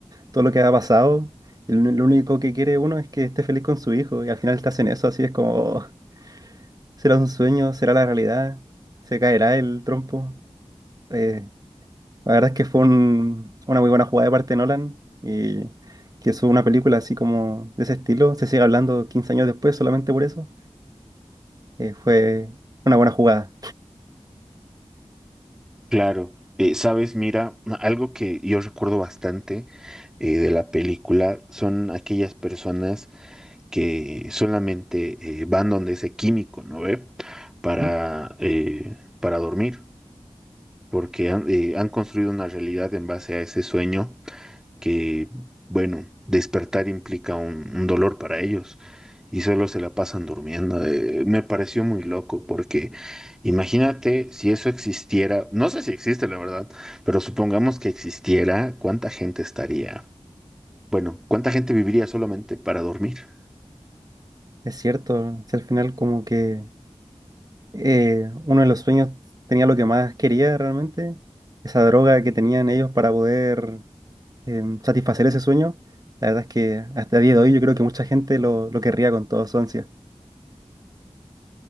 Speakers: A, on the right; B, in the centre.
A: todo lo que ha pasado. Y lo, lo único que quiere uno es que esté feliz con su hijo. Y al final te hacen eso, así es como, "Oh, será un sueño, será la realidad, se caerá el trompo. Eh, La verdad es que fue un- una muy buena jugada de parte de Nolan y que es una película así como de ese estilo, se sigue hablando 15 años después solamente por eso, eh, fue una buena jugada.
B: Claro, Eh, sabes, mira, algo que yo recuerdo bastante eh, de la película son aquellas personas que solamente eh, van donde ese químico, ¿no ve? Para,
A: ¿Mm?
B: eh, para dormir, porque han, eh, han construido una realidad en base a ese sueño que, bueno, despertar implica un, un dolor para ellos y solo se la pasan durmiendo. Eh, me pareció muy loco porque imagínate si eso existiera, no sé si existe la verdad, pero supongamos que existiera, ¿cuánta gente estaría? Bueno, ¿cuánta gente viviría solamente para dormir?
A: Es cierto, si al final como que eh, uno de los sueños tenía lo que más quería realmente, esa droga que tenían ellos para poder em, satisfacer ese sueño, la verdad es que hasta el día de hoy yo creo que mucha gente lo, lo querría con toda su ansia.